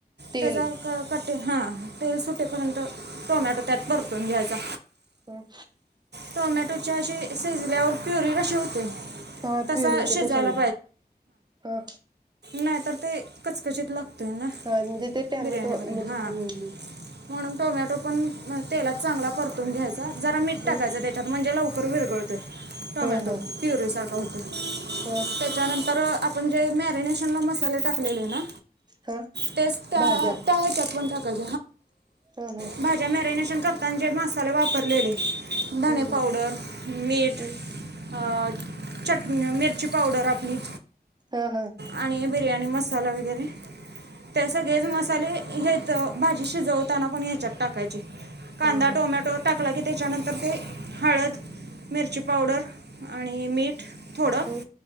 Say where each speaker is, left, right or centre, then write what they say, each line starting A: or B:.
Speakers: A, on the right (about 25°); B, on the right (about 85°).
A: तेल
B: त्याचा कर -- हा तेल सुटे पर्यंत टोमॅटो त्यात परतून घ्यायचा.
A: हंम्म.
B: टोमॅटोच्या अशी शिजल्यावर प्युरी कशी होते.
A: हा
B: तसा
A: पिरी होते
B: शिजायला
A: तशी म्हणे. हा.
B: नाही तर ते कचकचित लागत. होना
A: हा म्हणजे ते टॅमॅटो
B: बिर्याणि मध्ये
A: म्हणजे
B: हा
A: हम्
B: म्हणुन टोमॅटो पण तेलात चांगला परतून घ्यायचा जरा मीठ
A: हम्
B: टाकायचं त्याच्यात म्हणजे लवकर पार विरघळतय टोमॅटो
A: हा हा
B: प्युरे सारखा होतो त्याच्यानंतर
A: हा
B: आपण जे मॅरनेशनला मसाले टाकलेले ना
A: हा
B: तेच त्या त्या
A: भाज्या
B: त्याह्याच्यात म्हणतात हा
A: हा हा
B: भा मॅरिनेशन करतांना जे मसाले वापरलेले
A: हम्म
B: धणे
A: हम्म
B: पावडर मीठ
A: हम्
B: अ चटणी मिर्ची पावडर आपली
A: ह ह
B: आणि बिर्याणी मसाला वगैरे ते सगळेच मसाले हेेत भाजी शिजवतांना पण हेच्यात टाक काजू कांदा
A: हा हा
B: टोमॅटो टाकला की त्याच्यानंतर ते हळद मिरची पावडर आणि मीठ. थोडं
A: हम्